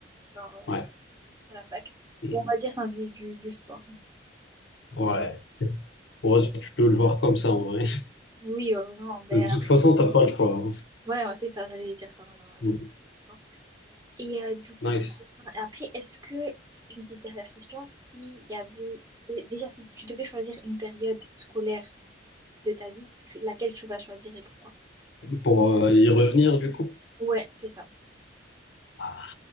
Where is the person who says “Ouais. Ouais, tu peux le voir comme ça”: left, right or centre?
Left